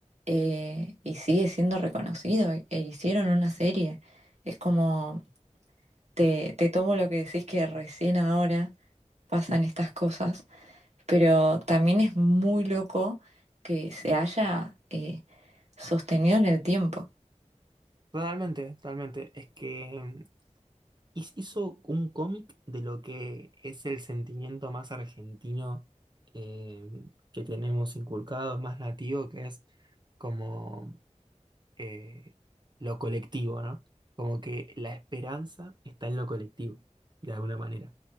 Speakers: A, on the right (about 65°); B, on the right (about 35°).
A: eh, y sigue siendo reconocido, e e hicieron una serie. Es como, te, te tomo lo que decís que recién ahora pasan estas cosas, pero también es muy loco que se haya eh, sostenido en el tiempo.
B: Totalmente, totalmente. Es que mm, his- hizo un cómic de lo que es el sentimiento más argentino eh, que tenemos inculcado, más nativo, que es como eh, lo colectivo, ¿no? Como que la esperanza está en lo colectivo, de alguna manera.